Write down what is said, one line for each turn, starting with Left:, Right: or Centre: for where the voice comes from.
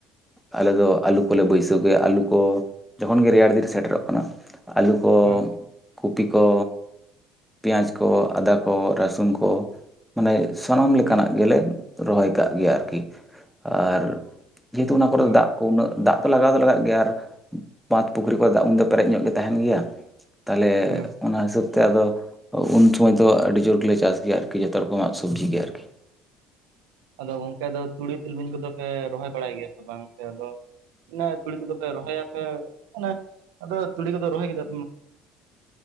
Centre: ᱟᱞᱮ ᱫᱚ ᱟᱹᱞᱩ ᱠᱚᱞᱮ ᱵᱟᱹᱭᱥᱟᱹᱣ ᱜᱮᱭᱟ ᱟᱹᱞᱩ ᱠᱚ ᱡᱚᱠᱷᱚᱱ ᱜᱮ ᱨᱮᱭᱟᱲ ᱫᱤᱱ ᱥᱮᱴᱮᱨᱚᱜ ᱠᱟᱱᱟ ᱟᱹᱞᱩ ᱠᱚ
Right: ᱦᱮᱸ
Centre: ᱠᱚᱯᱤ ᱠᱚ ᱯᱮᱸᱭᱟᱡᱽ ᱠᱚ ᱟᱫᱟ ᱠᱚ ᱨᱟᱹᱥᱩᱱ ᱠᱚ ᱢᱟᱱᱮ ᱥᱟᱱᱟᱢ ᱞᱮᱠᱟᱱᱟᱜ
Right: ᱦᱮᱸ
Centre: ᱜᱮᱞᱮ ᱨᱚᱦᱚᱭ ᱠᱟᱜ ᱜᱮᱭᱟ ᱟᱨᱠᱤ ᱟᱨ ᱡᱮᱦᱮᱛᱩ ᱚᱱᱟ ᱠᱚᱨᱮ
Right: ᱦᱮᱸ
Centre: ᱫᱟᱜ ᱠᱚ ᱩᱱᱟᱹᱜ ᱫᱟᱜ ᱫᱚ ᱞᱟᱜᱟᱣ ᱫᱚ ᱞᱟᱜᱟᱜ ᱜᱮᱭᱟ ᱟᱨ ᱵᱟᱸᱫ ᱯᱩᱠᱷᱨᱤ ᱠᱚᱨᱮ ᱫᱟᱜ ᱩᱱ ᱫᱚ ᱯᱮᱨᱮᱡ ᱧᱚᱜ ᱜᱮ ᱛᱟᱦᱮᱱ ᱜᱮᱭᱟ ᱛᱟᱦᱞᱮ
Right: ᱦᱮᱸ
Centre: ᱚᱱᱟ ᱦᱤᱥᱟᱹᱵᱽ ᱛᱮ ᱟᱫᱚ ᱩᱱ ᱥᱢᱚᱭ ᱫᱚ ᱟᱹᱰᱤ ᱡᱳᱨ ᱜᱮᱞᱮ ᱪᱟᱥ ᱜᱮᱭᱟ ᱟᱨᱠᱤ ᱡᱚᱛᱚ ᱨᱚᱠᱚᱢᱟᱜ ᱥᱚᱵᱽᱡᱤ ᱜᱮ ᱟᱨᱠᱤ
Right: ᱟᱫᱚ ᱜᱚᱝᱠᱮ ᱫᱚ ᱛᱩᱲᱤ ᱛᱤᱞᱢᱤᱧ ᱠᱚᱫᱚ ᱯᱮ ᱨᱚᱦᱚᱭ ᱵᱟᱲᱟᱭ ᱜᱮᱭᱟ ᱥᱮ ᱵᱟᱝ ᱥᱮ ᱟᱫᱚ ᱚᱱᱮ ᱛᱩᱲᱤ ᱠᱚᱫᱚ ᱯᱮ ᱨᱚᱦᱚᱭᱟ ᱯᱮ ᱟᱱᱮ ᱟᱫᱚ ᱛᱩᱲᱤ ᱠᱚᱫᱚ ᱨᱚᱦᱚᱭ ᱠᱮᱫᱟ